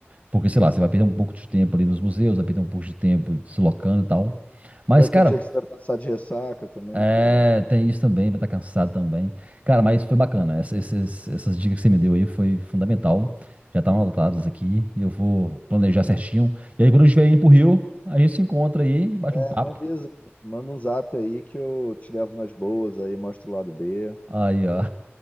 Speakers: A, on the right; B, on the left.
A: Porque, sei lá, você vai perder um pouco de tempo ali nos museus, vai perder um pouco de tempo deslocando e tal. Mas,
B: Vai
A: cara,
B: ter dia que você vai passar de ressaca também,
A: é,
B: provavelmente.
A: tem isso também, vai estar cansado também. Cara, mas foi bacana. Essa- esses- essas dicas que você me deu aí foi fundamental. Já estavam adotadas aqui. E eu vou planejar certinho. E aí, quando eu estiver indo pro Rio, a gente se encontra aí e bate
B: É,
A: um papo.
B: me avisa, manda um zap aí que eu te levo nas boas aí, mostro o lado B.
A: Aí, ó.